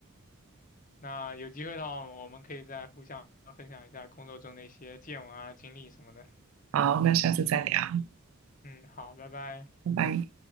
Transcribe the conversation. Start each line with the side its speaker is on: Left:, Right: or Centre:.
Left: 那有机会的话，我们可以再互相分享一下工作中的一些见闻啊、经历什么的。
Right: 好，那下次再聊，
Left: 嗯，好，拜拜。
Right: 拜拜。